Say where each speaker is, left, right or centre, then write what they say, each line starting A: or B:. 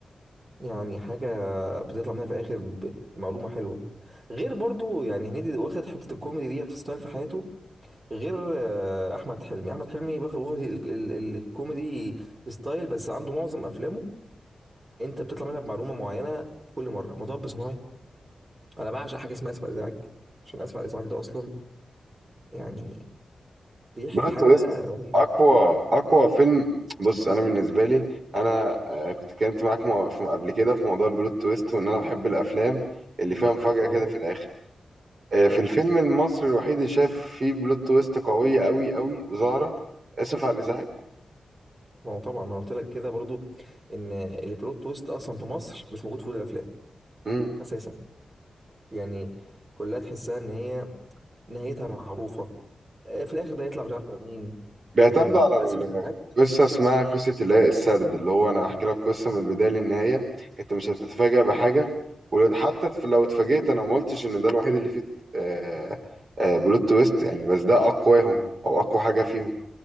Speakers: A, on the right (about 25°); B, on the right (about 50°).
A: يعني حاجة بتطلع منها في الآخر ب- بمعلومة حلوة غير برضو يعني هنيدي واخد حتة الكوميدي ديت في ستايل في حياته غير آه، أحمد حلمي أحمد حلمي واخد واخد ال- ال- ال- الكوميدي ستايل بس عنده معظم أفلامه أنت بتطلع منها بمعلومة معينة بكل مرة مطب صناعي أنا بعشق حاجة اسمها آسف على الإزعاج عشان آسف على الإزعاج ده أصلا يعني بيحكي
B: بلوت
A: حاجة
B: تويست
A: رهيبة
B: اقوى اقوى فيلم بص انا بالنسبه لي انا آه، كنت اتكلمت معاك مو- في- قبل كده في موضوع البلوت تويست وان انا بحب الافلام اللي فيها
A: بالظبط
B: مفاجاه
A: أه
B: كده في الاخر آه،
A: حلو
B: في الفيلم المصري الوحيد اللي شايف فيه بلوت تويست قويه قوي قوي وظاهره اسف على الازعاج
A: ما هو طبعا ما أنا قلت لك كده برضو إن البلوت تويست أصلا في مصر مش موجود في كل الأفلام
B: مم.
A: أساسا يعني كلها تحسها ان هي نهايتها معروفه آه، في الاخر ده يطلع مش عارفه مين
B: بيعتمدوا
A: لكن
B: على ال-
A: اسفل الازعاج
B: قصة اسمها قصة اللي هي السرد اللي هو أنا هحكي لك قصة من البداية للنهاية أنت مش هتتفاجأ بحاجة وحتى لو اتفاجئت أنا ما قلتش إن ده الوحيد اللي فيه آه آه بلوت تويست يعني بس ده أقواهم أو أقوى حاجة فيهم